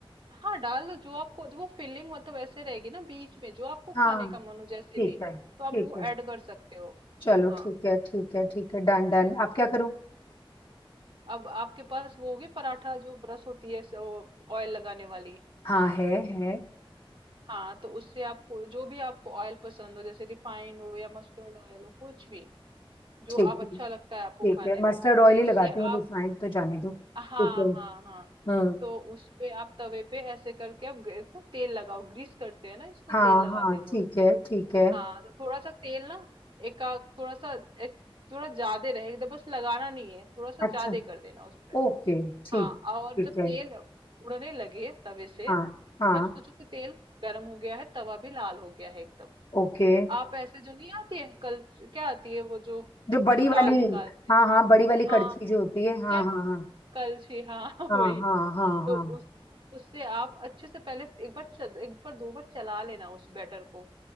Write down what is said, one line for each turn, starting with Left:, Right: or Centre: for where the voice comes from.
Right: हाँ डाल दो जो आपको वो फिलिंग मतलब ऐसे रहेगी ना बीच में जो आपको
Left: हाँ
Right: खाने का मन हो जैसे
Left: ठीक
Right: भी
Left: है ठीक
Right: तो आप वो
Left: है
Right: ऐड कर सकते हो
Left: चलो
Right: हाँ
Left: ठीक है ठीक है ठीक है डन डन अब क्या करूँ
Right: अब आपके पास वो होगी पराठा जो ब्रश होती है ऑयल लगाने वाली
Left: हाँ है है
Right: हाँ तो उससे आपको जो भी आपको ऑयल पसंद हो जैसे रिफाइंड हो या मस्टर्ड ऑयल हो कुछ भी जो
Left: ठीक
Right: आप
Left: है
Right: अच्छा लगता है
Left: ठीक
Right: आपको खाने
Left: है
Right: में
Left: मस्टर्ड ऑयल ही
Right: उससे
Left: लगाती हूँ
Right: आप
Left: रिफाइंड तो जाने दो
Right: हाँ
Left: ठीक है
Right: हाँ हाँ
Left: हम्म
Right: तो उस पे आप तवे पे ऐसे करके आप गे- ना तेल लगाओ ग्रीस करते हैं ना इसको
Left: हाँ
Right: तेल लगाते
Left: हाँ
Right: हैं थोड़े
Left: ठीक है ठीक है
Right: हाँ तो थोड़ा सा तेल ना एक आध- थोड़ा सा एक थोड़ा ज्यादा रहेगा बस लगाना नहीं है थोड़ा सा
Left: अच्छा
Right: ज्यादा कर देना उस पे
Left: ओके ठीक
Right: हाँ और
Left: ठीक
Right: जब
Left: है
Right: तेल उड़ने लगे तवे से
Left: हाँ हाँ
Right: तब सोचो कि तेल गर्म हो गया है तवा भी लाल हो गया है एकदम
Left: ओके
Right: तो आप ऐसे जो नहीं आती है कल क्या आती है वो जो
Left: जो बड़ी
Right: जैसे दाल
Left: वाली
Right: निकालते
Left: हाँ
Right: हैं
Left: हाँ बड़ी वाली
Right: हाँ
Left: कड़छी जो
Right: हाँ,
Left: होती है हाँ
Right: क्या
Left: हाँ
Right: कलछी हाँ
Left: हाँ
Right: <laughs> वही
Left: हाँ हाँ हाँ
Right: तो
Left: हाँ
Right: उसको उससे आप अच्छे से पहले एक बार चद, एक बार दो बार चला लेना उस बैटर को